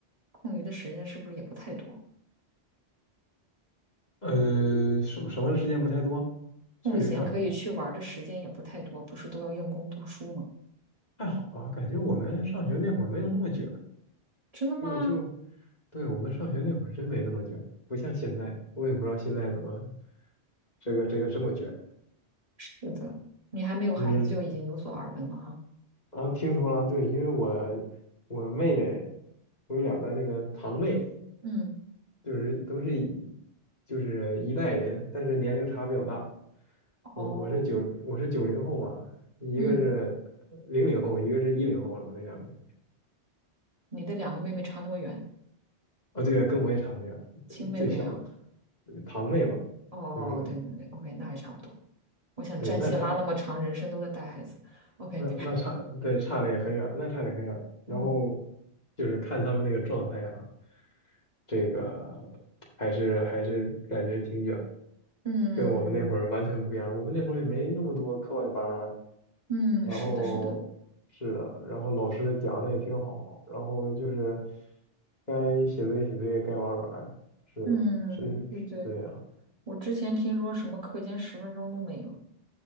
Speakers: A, on the right; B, on the left.
A: 空余的时间是不是也不太多？
B: 呃，什么什么的时间不太多，确实上学
A: 空闲可以去玩儿的时间也不太多，不是都要用功读书吗？
B: 还好吧，感觉我们上学那会儿没有那么卷，
A: 真的吗？
B: 就就对我们上学那会儿真没那么卷，不像现在，我也不知道现在怎么这个这个这么卷。
A: 是的，你还没有孩子就已经有所耳闻了哈。
B: 嗯，啊，听说了，对，因为我我妹妹，我有两个那个堂妹。
A: 嗯，
B: 就是都是一就是一代人，但是年龄差比较大。
A: 哦，
B: 我我是九我是九零后嘛，一个是零零后，
A: 嗯，
B: 一个是一零后了。我那两个人
A: 你的两个妹妹差那么远，
B: 啊，哦对，跟我也差很远，
A: 亲妹妹啊。
B: 最小的呃堂妹嘛，
A: 哦，
B: 就是
A: 对对对，OK，那还差不多。我想战线拉那么长，
B: 对，那差
A: 人生都在带孩子。OK，
B: 那那差对差的也很远，那差的很远。然后
A: <laughs> 嗯
B: 就是看他们那个状态啊，这个还是还是感觉挺远的
A: 嗯
B: 跟我们那会儿完全不一样。我们那会儿也没那么多课外班儿。
A: 嗯，
B: 然后是的，
A: 是的，是的，
B: 然后老师讲的也挺好，然后就是该写作业写作业，该玩儿玩儿是的，
A: 嗯，
B: 是是这样。
A: 对对，我之前听说什么课间十分钟都没了。